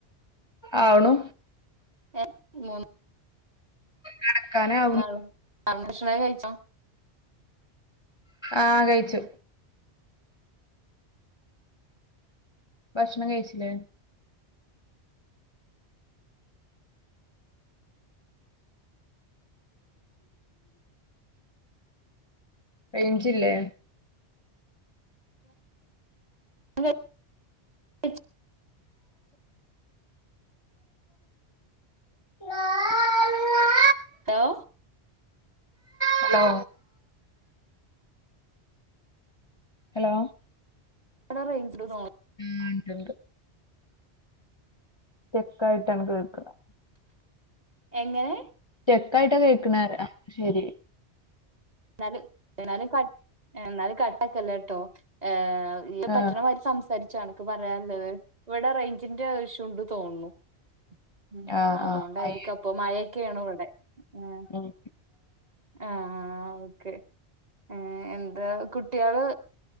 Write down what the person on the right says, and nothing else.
ഏ മൂന്
നാൾ ഭക്ഷണൊക്കെ കഴിച്ചോ
<inaudible>
ഹലോ
<unintelligible>
എങ്ങനെ
ഇന്നാലും ഇന്നാലും കട്ട് ഇന്നാലും കട്ടാക്കല്ലട്ടോ ഏഹ് ഇയ്യ് പറ്റണമാരി
സംസാരിച്ചോ അനക്ക് പറയാനുള്ളത് ഇവിടെ റേഞ്ചിന്റെ ഇഷുണ്ട്ന്ന് തോന്നുണു ഉം
അതോണ്ടായിരിക്കാ
ഇപ്പോ മഴയൊക്കെണു ഇവിടെ മ്
ആഹ് ആഹ് ആഹ് ഓക്കെ ഏ എന്താ കുട്ടി ആള്